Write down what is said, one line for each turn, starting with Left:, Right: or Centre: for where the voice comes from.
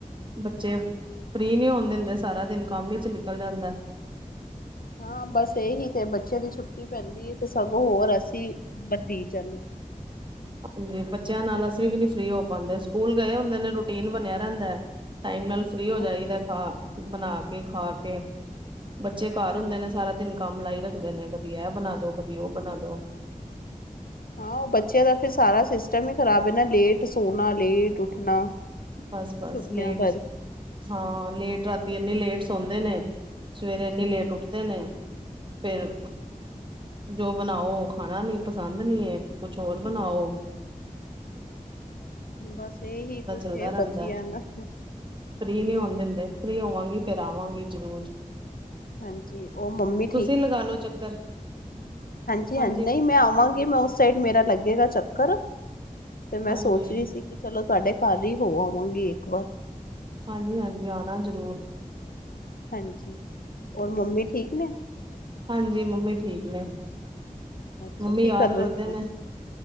Right: ਬੱਚੇ, ਫਰੀ ਨੀ ਹੋਣ ਦਿੰਦੇ ਸਾਰਾ ਦਿਨ ਕੰਮ ਹੀ ਵਿੱਚ ਨਿਕਲ ਜਾਂਦਾ।
Left: ਹਾਂ ਬਸ ਇਹੀ ਤੇ ਬੱਚੇ ਦੀ ਛੁੱਟੀ ਪੈਂਦੀ ਹੈ ਤੇ ਸਗੋਂ ਹੋਰ ਅਸੀਂ ਬਦੀ ਜਾਂਦੇ ਹਾਂ।
Right: ਹਾਂਜੀ ਬੱਚਿਆਂ ਨਾਲ ਅਸੀਂ ਵੀ ਨੀ ਫਰੀ ਹੋ ਪਾਉਦੇ ਸਕੂਲ ਗਏ ਹੁੰਦੇ ਨੇ ਰੂਟੀਨ ਬਣਿਆ ਰਹਿੰਦਾ ਹੈ। ਟਾਈਮ ਨਾਲ ਫਰੀ ਹੋ ਜਾਈਦਾ
Left: ਹਾਂ
Right: ਖਾ ਬਣਾ ਕੇ ਖਾ ਕੇ ਬੱਚੇ ਘਰ
Left: ਹਾਂਜੀ
Right: ਹੁੰਦੇ ਨੇ
Left: ਜੀ
Right: ਸਾਰਾ ਦਿਨ। ਕੰਮ ਲਾਈ ਰੱਖਦੇ ਨੇ ਕਦੀ ਇਹ ਬਣਾ ਦੋ ਕਦੀ ਉਹ ਬਣਾ ਦੋ।
Left: ਹਾਂ, ਉਹ ਬੱਚਿਆਂ ਦਾ ਫਿਰ ਸਾਰਾ ਸਿਸਟਮ ਹੀ ਖ਼ਰਾਬ ਇਹ ਨਾ ਲੇਟ ਸੋਣਾ, ਲੇਟ ਉੱਠਣਾ।
Right: ਬਸ-ਬਸ
Left: ਛੁੱਟੀਆਂ
Right: ਲੇਟ
Left: ਕਰਕੇ
Right: ਹੀ ਹਾਂ ਲੇਟ ਰਾਤੀ ਇੰਨੀ ਲੇਟ ਸੌਦੇ ਨੇ। ਸਵੇਰੇ ਇਨੀ
Left: ਹਮ
Right: ਲੇਟ ਉੱਠਦੇ ਨੇ ਫਿਰ ਜੋ ਬਣਾਓ ਉਹ ਖਾਣਾ ਨੀ ਪਸੰਦ ਨਹੀਂ ਏ ਕੁਛ ਹੋਰ ਬਣਾਓ।
Left: ਬਸ ਇਹੀ ਕੁਛ
Right: ਰਲਦਾ
Left: ਹੈ
Right: ਰਹਿੰਦਾ
Left: ਬੱਚਿਆਂ ਨਾਲ
Right: ਫ੍ਰਰੀ ਨਹੀਂ ਹੋਣ ਦਿੰਦੇ, ਫ੍ਰਰੀ ਹੋਵਾਂਗੀ ਫੇਰ ਆਵਾਂਗੀ ਜ਼ਰੂਰ।
Left: ਹਾਂਜੀ ਉਹ ਮੰਮੀ
Right: ਤੁਸੀਂ ਲਗਾ ਲੋ ਚੱਕਰ।
Left: ਹਾਂਜੀ-ਹਾਂਜੀ
Right: ਹਾਂਜੀ
Left: ਨਹੀਂ ਮੈਂ ਆਵਾਂਗੀ ਮੈਂ ਉਸ ਸਾਈਡ ਮੇਰਾ ਲੱਗੇਗਾ ਚੱਕਰ। ਤੇ ਮੈਂ
Right: ਹਾਂਜੀ
Left: ਸੋਚ ਰਹੀ ਸੀ ਕਿ ਚਲੋ ਤੁਹਾਡੇ ਘਰ ਹੀ ਹੋ ਆਵਾਂਗੀ ਇੱਕ ਵਾਰ।
Right: ਹਾਂਜੀ-ਹਾਂਜੀ ਆਉਣਾ ਜ਼ਰੂਰ।
Left: ਹਾਂਜੀ, ਹੋਰ ਮੰਮੀ ਠੀਕ ਨੇ?
Right: ਹਾਂਜੀ ਮੰਮੀ ਠੀਕ ਨੇ,
Left: ਅੱਛਾ
Right: ਮੰਮੀ
Left: ਕੀ
Right: ਯਾਦ
Left: ਕਰ ਰਹੇ
Right: ਕਰਦੇ
Left: ਮੰਮੀ
Right: ਨੇ।